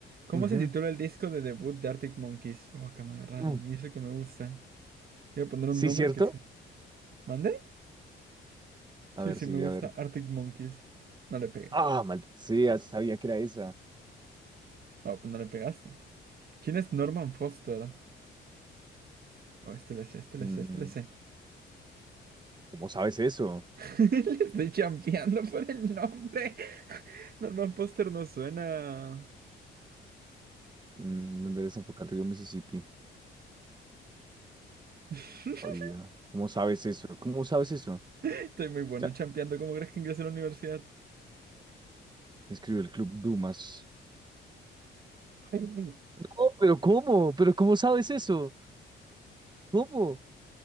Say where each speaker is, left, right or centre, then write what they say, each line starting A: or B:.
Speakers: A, on the right; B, on the right.
A: ¿Cómo
B: Ujú.
A: se titula el disco de debut de Arctic Monkeys? Oh, que me agarraron,
B: Uh,
A: y eso que me gusta. Voy a poner
B: ¿Sí,
A: un nombre
B: cierto?
A: que sé. ¿Mandé?
B: A
A: Sí,
B: ver,
A: sí,
B: sí,
A: me gusta
B: a ver.
A: Arctic Monkeys. No le pegué.
B: Ah, maldita sea, sabía que era esa.
A: Oh, pues no le pegaste. ¿Quién es Norman Foster? Oh, este le sé, este
B: Mm,
A: le sé, este le sé.
B: ¿cómo sabes eso?
A: <laughs> Le estoy champeando por el nombre. Norman Foster no suena.
B: Mm, ¿dónde desemboca el río Mississippi?
A: <laughs>
B: Oído. ¿Cómo sabes eso? ¿Cómo sabes eso?
A: Estoy muy bueno
B: Ya,
A: champeando. ¿Cómo crees que ingresé a la universidad?
B: escribió el Club Dumas.
A: <laughs>
B: No, pero ¿cómo? ¿Pero cómo sabes eso? ¿Cómo?